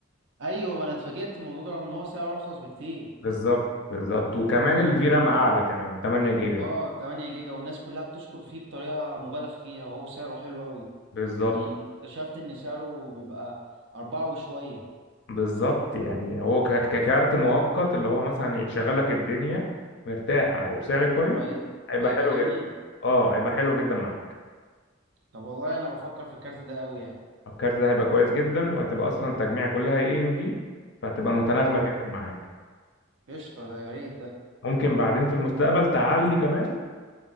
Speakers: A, on the right; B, on the left.
A: ايوه ما انا اتفاجئت من الموضوع ده رغم ان هو سعره ارخص بكتير
B: بالظبط بالظبط وكمان الفي رام اعلى كمان 8 جيجا
A: اه 8 جيجا والناس كلها بتشكر فيه بطريقة مبالغ فيها وهو سعره حلو قوي
B: بالظبط
A: يعني اكتشفت ان سعره بيبقى أربعة وشوية
B: بالظبط يعني هو ك- ككارت مؤقت اللي هو مثلا يشغل لك الدنيا مرتاحه وبسعر كويس
A: وهي...
B: هيبقى
A: وهيبقى
B: حلو
A: جميل
B: جدا اه هيبقى حلو جدا معاك
A: طب والله انا بفكر في الكارت ده قوي يعني
B: الكارت ده هيبقى كويس جدا وهتبقى اصلا تجميع كلها اي ام دي فهتبقى متناغمه
A: اه
B: جدا معاك
A: قشطة ده يا ريت ده
B: ممكن بعدين في المستقبل تعلي كمان